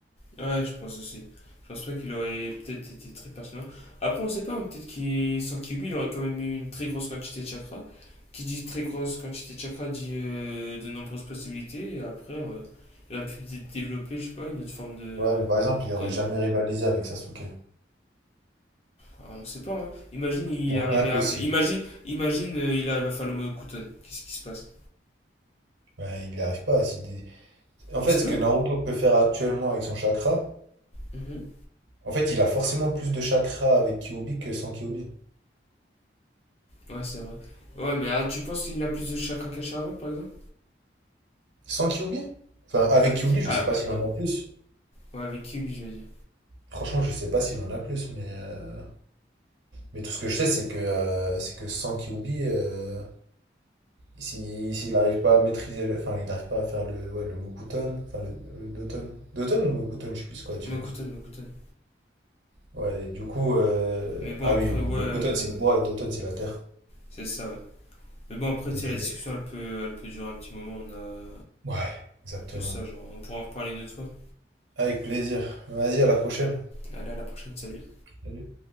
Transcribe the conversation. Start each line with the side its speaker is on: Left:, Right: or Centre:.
Left: Ouais, je pense aussi. Je pense pas qu'il aurait peut-être été très pertinent. Après, on sait pas, hein, peut-être qu'il sans Kyuubi, il aurait quand même eu une très grosse quantité de chakras. Qui dit très grosse quantité de chakras dit euh, de nombreuses possibilités. Et après, euh, il aurait pu peut-être développer, je sais pas, une autre forme de.
Right: Ouais, mais par exemple, il aurait
Left: de...
Right: jamais rivalisé avec Sasuke.
Left: Enfin, on sait pas. hein. Imagine, il
Right: Non,
Left: arrivait
Right: impossible.
Left: à faire. Imagine, imagine euh, il arrive à faire le mot Kuton. Qu'est-ce qui se passe
Right: Ouais, il n'y arrive pas à s'y dé- En
Left: On
Right: fait,
Left: sait
Right: ce
Left: pas.
Right: que Naruto peut faire actuellement avec son chakra,
Left: Mhm.
Right: En fait, il a forcément plus de chakras avec Kyuubi que sans Kyuubi.
Left: Ouais, c'est vrai. Ouais, mais ah, tu penses qu'il a plus de chakras qu'Hashirama, par exemple
Right: Sans Kyuubi? Enfin, avec
Left: Avec.
Right: Kyuubi, je
Left: Ah,
Right: sais pas
Left: ah,
Right: s'il
Left: oh.
Right: en a plus.
Left: ouais, avec Kyuubi, je veux dire.
Right: Franchement, je sais pas s'il en a plus, mais, euh, mais tout ce que je sais, c'est que, euh, c'est que sans Kyuubi, euh, si- s'il n'arrive pas à maîtriser le. Enfin, il n'arrive pas à faire le, ouais, le Mokuton, enfin le, le Doton. Doton ou Mokuton, je sais plus quoi la différence.
Left: Mokuton, Mokuton.
Right: Ouais, du coup, euh,
Left: Mais bon,
Right: ah
Left: après,
Right: oui, Mokuton
Left: ouais, euh,
Right: c'est le bois et Doton c'est la terre.
Left: c'est ça, ouais. Mais bon, après,
Right: Mais
Left: tu sais, la discussion, elle peut, elle peut durer un petit moment. On a...
Right: ouais, exactement.
Left: C'est ça, genre, on pourra en reparler une autre fois.
Right: Avec plaisir. Vas-y, à la prochaine.
Left: Allez, à la prochaine, salut.
Right: Salut.